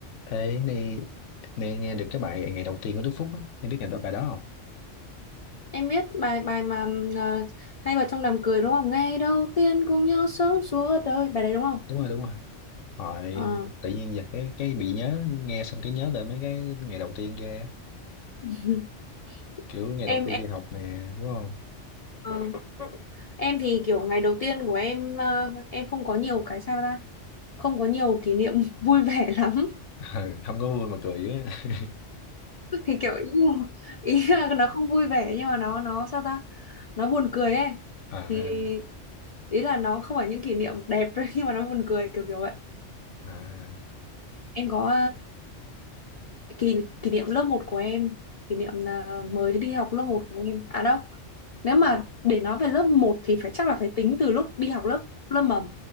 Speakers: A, on the left; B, on the left.
A: Thế này, này nghe được cái bài ngày đầu tiên của Đức Phúc á, em biết ngày đó bài đó không?
B: Em biết bài bài mà ờ, hay vào trong đám cưới đúng không? Ngày đầu tiên cùng nhau sống suốt đời. Bài đấy đúng không?
A: Đúng rồi, đúng rồi. Hỏi
B: Ờ.
A: tự nhiên giờ cái cái bị nhớ nghe xong cái nhớ lại mấy cái ngày đầu tiên kia,
B: <laughs>
A: kiểu ngày
B: Em
A: đầu tiên
B: em
A: đi học nè, đúng không?
B: ờ, em thì kiểu ngày đầu tiên của em ờ, em không có nhiều cái sao ta? Không có nhiều kỷ niệm <laughs> vui vẻ lắm.
A: <laughs> Ừ, không có vui mà cười dữ á. <laughs>
B: <laughs> Thì kiểu ý là, ý là nó không vui vẻ nhưng mà nó nó sao ta? Nó buồn cười ấy.
A: À,
B: Thì ý là nó không phải những kỷ niệm đẹp <laughs> nhưng mà nó buồn cười kiểu kiểu vậy.
A: à,
B: Em có kỷ kỷ niệm lớp một của em kỷ niệm là mới đi học lớp một của em à đâu nếu mà để nói về lớp một thì phải chắc là phải tính từ lúc đi học lớp lớp mầm